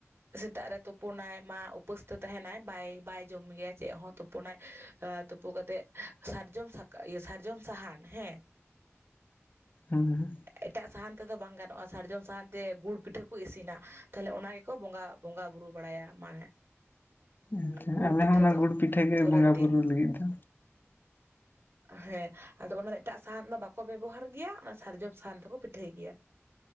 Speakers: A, on the right (about 55°); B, on the left (about 45°).
A: ᱥᱮᱛᱟᱜ ᱨᱮ ᱛᱩᱯᱩᱱᱟᱭ ᱢᱟ ᱩᱯᱟᱹᱥ ᱛᱮ ᱛᱟᱦᱮᱱᱟᱭ ᱵᱟᱭ ᱵᱟᱭ ᱡᱚᱢ ᱜᱮᱭᱟ᱾ ᱪᱮᱫ ᱦᱚᱸ ᱛᱩᱯᱩᱱᱟᱭ ᱛᱩᱯᱩ ᱠᱟᱛᱮᱜ ᱥᱟᱨᱡᱚᱢ ᱥᱟᱠᱟ ᱥᱟᱨᱡᱚᱢ ᱥᱟᱦᱟᱱ ᱦᱮᱸ
B: ᱦᱮᱸ
A: ᱮᱴᱟᱜ ᱥᱟᱦᱟᱱ ᱛᱮᱫᱚ ᱵᱟᱝ ᱜᱟᱱᱚᱜ-ᱟ ᱥᱟᱨᱡᱚᱢ ᱥᱟᱦᱟᱱ ᱛᱮ ᱜᱩᱲ ᱯᱤᱴᱷᱟᱹ ᱠᱚ ᱤᱥᱤᱱᱟ ᱛᱟᱦᱚᱞᱮ ᱚᱱᱟ ᱠᱚᱸ ᱵᱚᱸᱜᱟ ᱵᱩᱨᱩ ᱵᱟᱲᱟᱭᱟ ᱢᱟᱱᱮ
B: ᱟᱪᱪᱷᱟ
A: ᱜᱩᱲ
B: ᱟᱞᱮ
A: ᱯᱤᱴᱷᱟᱹ
B: ᱦᱚᱸ ᱚᱱᱟ
A: ᱫᱚ
B: ᱜᱩᱲ ᱯᱤᱴᱷᱟᱹ
A: ᱯᱚᱨᱮᱨ
B: ᱵᱚᱸᱜᱟ
A: ᱫᱤᱱ
B: ᱵᱩᱨᱩ ᱞᱟᱹᱜᱤᱫ ᱫᱚ
A: ᱦᱮᱸ ᱟᱫᱚ ᱚᱱᱟ ᱫᱚ ᱮᱴᱟᱜ ᱥᱟᱦᱟᱱ ᱫᱚ ᱵᱟᱠᱚ ᱵᱮᱵᱚᱦᱟᱨ ᱜᱮᱭᱟ᱾ ᱚᱱᱟ ᱥᱟᱨᱡᱚᱢ ᱥᱟᱦᱟᱱ ᱛᱮᱠᱚ ᱯᱤᱴᱷᱟᱹᱭ ᱜᱮᱭᱟ᱾